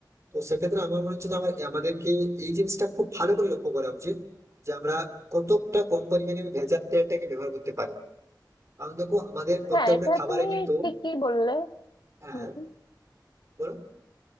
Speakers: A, on the right; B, on the left.
A: তো সেক্ষেত্রে আমার মনে হচ্ছে যে আমার- আমাদেরকে এই জিনিসটা খুব ভালো করে লক্ষ্য করা উচিত যে আমরা কতটা কম পরিমাণে ওই ভেজাল তেলটাকে ব্যবহার করতে পারি কারণ দেখো আমাদের প্রত্যেকটা
B: হ্যাঁ এটা
A: খাবারে
B: তুমি
A: কিন্তু
B: ঠিকই বললে
A: হ্যাঁ
B: হুম
A: বলো